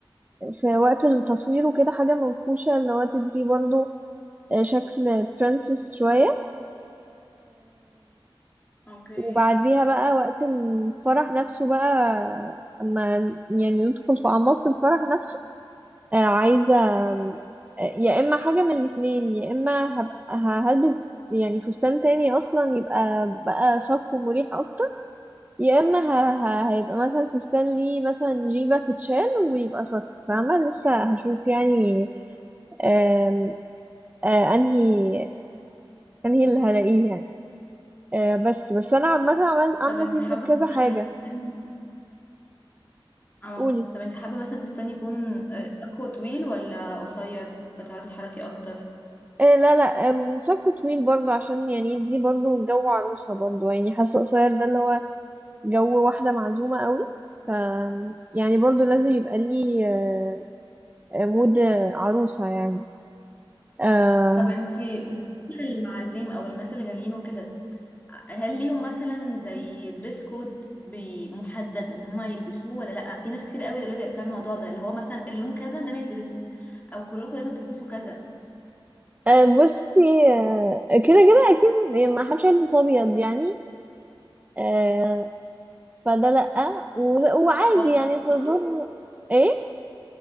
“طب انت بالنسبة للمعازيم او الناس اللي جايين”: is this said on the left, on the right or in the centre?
Left